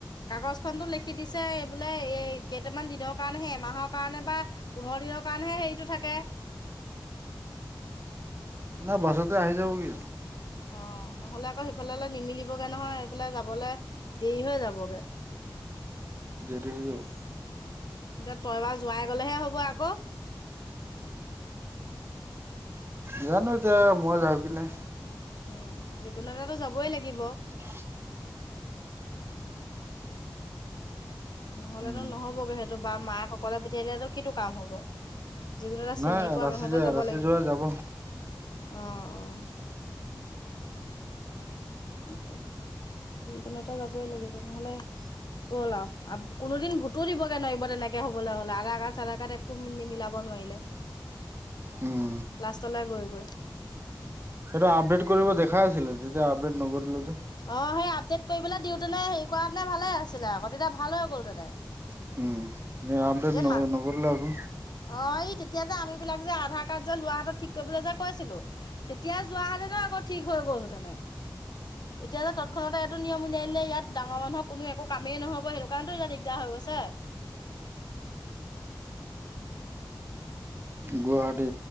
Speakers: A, on the left (about 60°); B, on the right (about 30°).
A: কাগজ খন টো লিখি দিছে এই বোলে এই কেইটামান দিনৰ কাৰণেহে এমাহৰ কাৰণে বা পোন্ধৰ দিনৰ কাৰণেহে সেৰিটো থাকে
B: নাই বাছতে আহি যাব কি
A: অ' নহলে আকৌ সেইফালে নিমিলিবগে নহয় সেইফালে যাবলৈ দেৰি হৈ যাবগে
B: যদি যাওঁ
A: এতিয়া তই বাৰ যোৱাই গলেহে হ'ব আকৌ
B: জানো এতিয়া মই যাওঁ কিনে
A: উম যিকোনো এটো যাবই লাগিব
B: অ '
A: নহলেতো
B: উম
A: নহবগে সেইটো বা মাক অকলে পঠিয়াই দলেটো কিটো কাম হব যিকোনো এটা
B: নাই
A: চিনি পোৱা
B: ৰাচি
A: মানুহটা
B: য
A: যাব
B: ৰাচি
A: লাগিব
B: যোৱা যাব
A: আহ অ' সেইটো যিকোনো এটা যাবই লাগিব নহলে গল আৰু কোনোদিন ভুতো দিবগে নোৱাৰিব তেনেকে হবলৈ হলে আধ কাৰ চাৰ কাৰাট একো নিমিলাব। নোৱাৰিলে
B: উম
A: লাষ্টলৈ গৈ গৈ।
B: সেইটো আপডেট কৰিব দেখাই আছিলে যেতিয়া আপডেট নকৰিলো। যে
A: অ 'সেই আপডেট কৰিবলৈ দিওঁতেনে হেৰি কৰানেে ভালে আছিলে আকৌ তেতিয়া ভাল হৈ গ'ল হেঁতেনে
B: উম আপডেট
A: মাল
B: নকৰিলে আকৌ
A: অ' আহ এই তেতি এতিয়া যে আমি বিলাক যে আধাৰ কাৰ্ড যে লোৱা হাতত ঠিক কৰিবলৈ যে কৈছিলো তেতিয়া যোৱা হাতে ন আকৌ ঠিক হৈ গ'ল। গ'ল হেতেনে এতিয়া যে তৎক্ষণতে এইটো নিয়ম উলিয়া দিলে ইয়াত ডাঙৰ মানুহৰ কোনো একো কামেই নহব সেইটো কাৰণেতো ইয়াত দিগদাৰ হৈ গৈছে
B: গুৱাহাটী